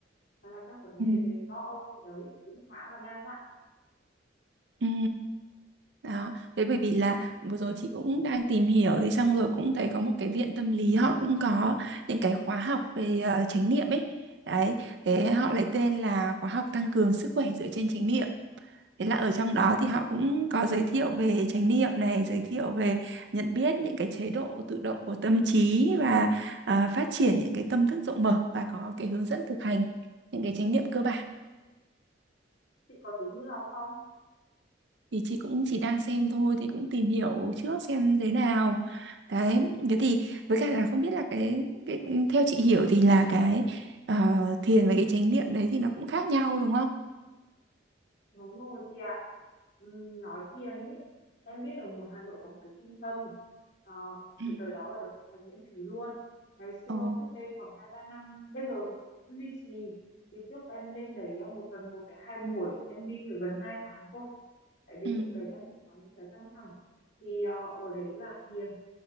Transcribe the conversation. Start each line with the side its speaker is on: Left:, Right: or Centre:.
Left: hoặc là các vấn đề
Right: Ừ.
Left: về lo âu thì đấy cũng khá là đa dạng.
Right: Ừ. Đó, thế bởi vì là vừa rồi chị cũng đang tìm hiểu thì xong rồi cũng thấy có một cái viện tâm lý họ cũng có những cái khóa học về ờ, chánh niệm ấy. Đấy, thế họ lấy tên là khóa học tăng cường sức khỏe dựa trên chánh niệm Thế là ở trong đó thì họ cũng có giới thiệu về chánh niệm này, giới thiệu về nhận biết những cái chế độ tự động của tâm trí và à, phát triển những cái tâm thức rộng mở và có cái hướng dẫn thực hành những cái chánh niệm cơ bản.
Left: Chị có tính đi học không?
Right: Thì chị cũng chỉ đang xem thôi thì cũng tìm hiểu trước xem thế nào. Đấy, thế thì với cả là không biết là cái cái theo chị hiểu thì là cái ờ, thiền và cái chánh niệm đấy thì nó cũng khác nhau đúng không?
Left: Đúng rồi chị ạ. Ừm, nói thiền ý, em biết ở một Hà Nội có một cái trung tâm, Ờ,
Right: Ừ.
Left: chị tới đó và được thực hành miễn phí luôn. Ngày xưa,
Right: Ồ.
Left: cách đây khoảng hai ba năm, bây giờ vẫn duy trì. Thì trước em lên đấy á, một tuần một cái hai buổi, em đi phải gần 2 tháng thôi. Tại vì
Right: Ừ.
Left: lúc đấy em cũng có những cái căng thẳng. Thì ờ, ở đấy là thiền,